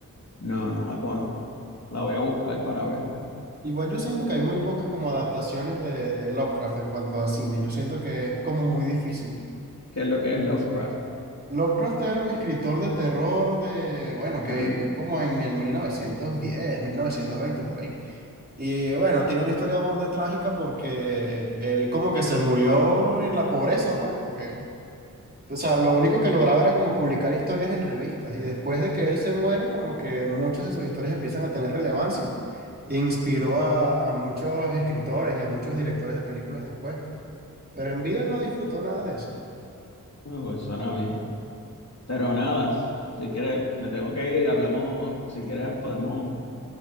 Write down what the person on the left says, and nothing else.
No, no la conozco. La voy a buscar para verla.
¿Qué es lo que es Lovecraft?
Ah,
ah, pues suena bien. Pero nada, si quieres, me tengo que ir. Hablamos, si quieres, podemos